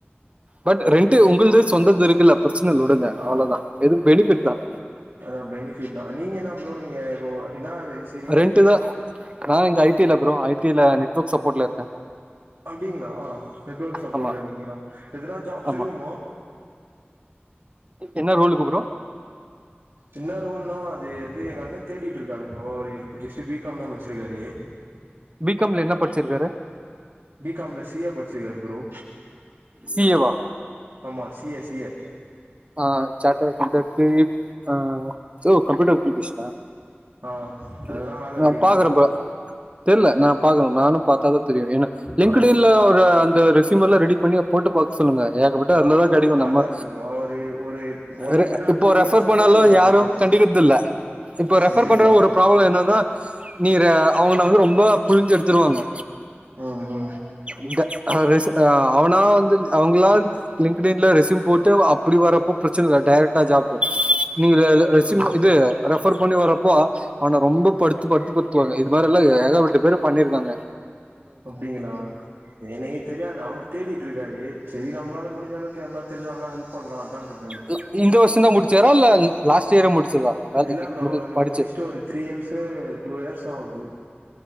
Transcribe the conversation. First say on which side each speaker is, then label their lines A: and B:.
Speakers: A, on the right; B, on the right.
A: பட் ரெண்டு உங்களது சொந்தது இருக்கு பிரச்சனை இல்ல விடுங்க
B: ஆ
A: அவ்வளவுதான் எது பெனிஃபிட் தான்
B: அதா பெனிஃபிட் தா நீங்க என்ன ப்ரோ நீங்க இப்போ என்னா செய்றீங்க
A: ரெண்ட் தா நா இங்க ஐ டி ல ப்ரோ ஐ டில நெட்வர்க் சப்போட்ல இருக்
B: அப்டிங்களா நெட்வொர்க் சப்போர்ட்ல
A: ஆமா
B: இருக்கீங்களா எதனா ஜாப்ஸ்
A: ஆமா
B: இருக்குமோ
A: என்ன ரோலுக்கு ப்ரோ
B: என்ன ரோல் நா அது இது எங்க அண்ண தேடிட்டு இருக்காரு ப்ரோ ஜஸ்ட் பி காம் தா முச்சிருக்காரு
A: பி காம்ல என்ன படிச்சிருக்காரு
B: பி காம் ல சீ யெ படிச்சிருக்காரு ப்ரோ
A: சி யே வா
B: ஆமா சி யெ சி யெ
A: ஆஹ் சாட்டட் அகவுண்டட்டு ஆஹ் ஓ கம்யூட்டர் அப்ளிகேஷனா
B: ஆ
A: ஒகே
B: அதெல்லா வேல
A: நா
B: கெடைக்குமா
A: பாக்கறேப்பா தெரியில நா பாக்குறே நானு பாத்தாதா தெரியு ஏன்னா லிங்க்ட்
B: ஆ
A: இன்ல ஒரு அந்த ரெஸ்யூம் எல்லா ரெடி புண்ணிய போட்டு பாக்ச் சொல்லுங்க ஏக்கப்பட்டது அதுலதா
B: ஆ போட்டு
A: கெடைக்கு
B: பாத்தாரு
A: நம்ம
B: ப்ரோ அவரு ஒரு ஒன்
A: ர
B: இயரா
A: இப்ப
B: டூ
A: ரெஃபர்
B: இயர்ஸா
A: பண்ணாலு
B: தேடினு இருக்காரு
A: யாரு கண்டுக்கறதுல்ல இப்ப ரெஃபர்
B: அப்டிங்களா
A: பண்றவங்க ஒரு ப்ராவல என்னனா நீ ர அவங்க உன்ன வந்து ரொம்ப புளிஞ்சி எடுத்து டுவாங்க
B: ம் ம்
A: இந்த ஆ ரெச் ஆ அவனா வந்து அவங்களான் லிங்க்ட் இன்ல ரெஸ்யூம் போட்டு அ அப் அப்டி வர்றப்போ பிரச்சன இல்ல டைரெக்டா ஜாப் நீங்க ர ரெஸ்யூம்
B: ம்
A: இது ரெஃப் ஃபர் பண்ணி வரப்போ அவன ரொம்ப படுத்து படுத்து படுத்துவாங்க இது மாரிலா ஏ ஏகப்பட்ட பேரு பண்ணிருக்காங்க
B: அப்டிங்களா ஏனேகே தெரியாது அவர் தேடிட்டு இருக்காரு செரி நம்மளால முடிஞ்ச அளவுக்கு யார்னா தெரிஞ்சாங்கன்னா ஹெல்ப் பண்லா அதா கேட்
A: ல இந்த வருஷொ தா முடிச்சாரா இல்ல லாஸ்ட் இயரே முடி முடிச்சதா வேலைக்கு
B: இல்ல ப்ரோ அவரு
A: படிச்சு
B: முடிச்ட்டு ஒரு த்ரீ இயர்ஸூ டூ இயர்ஸ் சாவுது